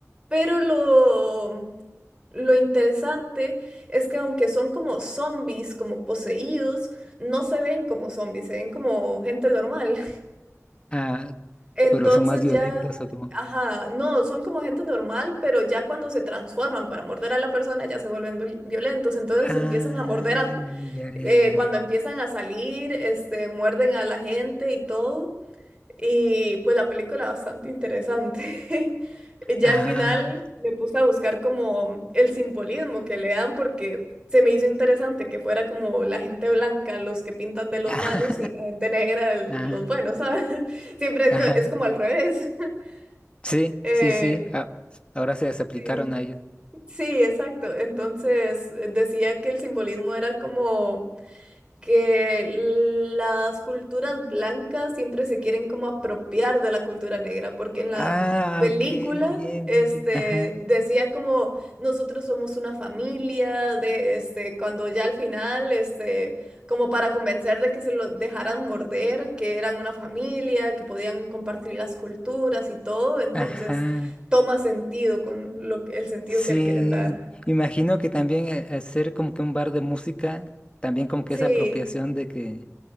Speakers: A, on the right; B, on the left.
A: pero lo, lo interesante es que aunque son como zombies, como poseídos, no se ven como zombies, se ven como gente normal.
B: ah,
A: Entonces
B: pero son más violentos
A: ya,
B: o como...
A: ajá, no, son como gente normal, pero ya cuando se transforman para morder a la persona ya se vuelven vi- violentos, entonces
B: Ah,
A: empiezan a morder a,
B: ya, ya,
A: eh,
B: ya, ya.
A: cuando empiezan a salir, este, muerden a la gente y todo. Y pues la película bastante interesante. <laughs> Ya
B: Ah,
A: al final me puse a buscar como el simbolismo que le dan porque se me hizo interesante que fuera como la gente blanca los que pintan de los
B: ah,
A: malos y la gente negra de
B: <laughs> ah,
A: los buenos, ¿sabes? <laughs> Siempre es,
B: ajá.
A: co- es como al revés. <laughs>
B: Sí,
A: Eh,
B: sí, sí. a- Ahora se las aplicaron
A: sí,
B: a ellos.
A: sí, exacto. Entonces eh, decía que el simbolismo era como que las culturas blancas siempre se quieren como apropiar de la cultura negra, porque en la
B: Ah,
A: película
B: ok, bien,
A: este
B: bien, bien. Ajá,
A: decía como nosotros somos una familia de este cuando ya al final este como para convencer de que se lo dejaran morder, que eran una familia, que podían compartir las culturas y todo, entonces
B: ajá.
A: toma sentido con lo, el sentido
B: Sí.
A: que le quieren dar.
B: Imagino que también eh, hacer como que un bar de música, también como que
A: Sí.
B: esa apropiación de que